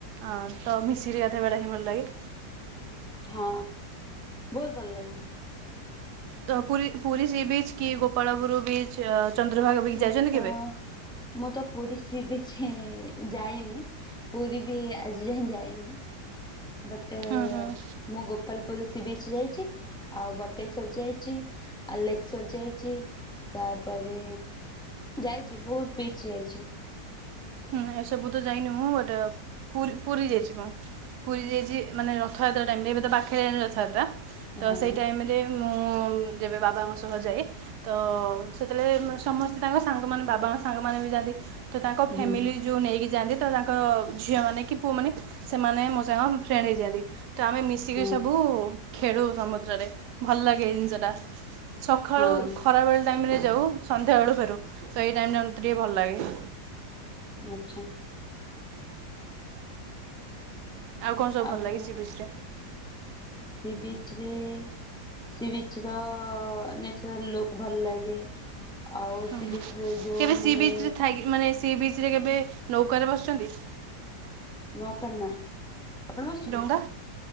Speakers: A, on the right (about 75°); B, in the centre.
A: ଅଁ ତ ମିଶିରି ଅଧେବେଳେ ହିଁ ଭଲ ଲାଗେ।
B: ହଁ ବହୁତ ଭଲ ଲାଗେ।
A: ତ ପୁରୀ ପୁରୀ ସି ବିଚ୍ କି ଗୋପାଳପୁର ବିଚ୍ ଚନ୍ଦ୍ରଭାଗ ବିଚ୍
B: ମୁଁ
A: ଯାଇଛନ୍ତି
B: ତ
A: କେବେ?
B: ମୁଁ ତ ପୁରୀ ସି ବିଚ ହି ଯାଇନି। ପୁରୀ ବି ଆଜିଯାଏ ଯାଇନି ବଟ
A: ହୁଁ ହୁଁ
B: ମୁଁ ଗୋପାଲ ସିବିଚ ଯାଇଚି ଆଉ ବଟେଶ୍ଵର ଯାଇଚି ଆଲେକଶ୍ୱର ଯାଇଚି ତାପରେ ଯାଇଚି ବହୁତ ପିଚ ଯାଇଚି।
A: ହୁଁ ଏସବୁ ତ ଯାଇନି ମୁଁ ବଟ ପୁରୀ ପୁରୀ ଯାଇଛି ମୁଁ ପୁରୀ ଯାଇଚି ମାନେ ରଥଯାତ୍ରା ଟାଇମ୍ରେ ଏବେ ତ ପାଖେରେ ଆଇଲାଣି ରଥଯାତ୍ର। ତ
B: ହଁ
A: ସେଇ ଟାଇମରେ ମୁଁ ଯେବେ ବାବାଙ୍କ ସହ ଯାଏ ତ ସେତେବେଳେ ମାନେ ସମସ୍ତେ ତାଙ୍କ ସାଙ୍ଗ ମାନେ ବାବାଙ୍କ ସାଙ୍ଗ ମାନେ ବି ଯାଆନ୍ତି ତ ତାଙ୍କ ଫ୍ୟାମିଲି
B: ହୁଁ
A: ଯଉ ନେଇକି ଯାଆନ୍ତି ତ ତାଙ୍କ ଝିଅ ମାନେ କି ପୁଅମାନେ ସେମାନେ ମୋ ସାଙ୍ଗ ଫ୍ରେଣ୍ଡ ହେଇଯାଆନ୍ତି ତ ଆମେ ମି ମିଶିକି
B: ହଁ
A: ସବୁ ଖେଳୁ ସମୁଦ୍ରରେ ଭଲ ଲାଗେ ଏଇ ଜିନିଷ ଟା। ସଖାଳୁ
B: ହଁ
A: ଖରାବେଳେ ଟାଇମରେ ଯାଉ ସନ୍ଧ୍ୟାବେଳୁ ଫେରୁ ସେଇ ଟାଇମଟା ମତେ ଟିକେ ଭଲ ଲାଗେ।
B: ଆଚ୍ଛା।
A: କଣ ସବୁ
B: ଆଉ
A: ଭଲ ଲାଗେ ସି ବିଚ୍ ରେ?
B: ସିବିଚ ରେ ସି ବିଚର ନେଚୁରାଲ ଲୁକ୍ ଭଲ ଲାଗେ। ଆଉ
A: ହୁଁ
B: ସିବିଚରେ ଯଉ
A: କେବେ ସି
B: ମାନେ
A: ବିଚ୍ ରେ ଥାଇକି ମାନେ ସିବିଚରେ କେବେ ନୌକାରେ ବସିଛନ୍ତି।
B: ନୌକା ନା। ଆପଣ ବସିଛନ୍ତି
A: ଡଙ୍ଗା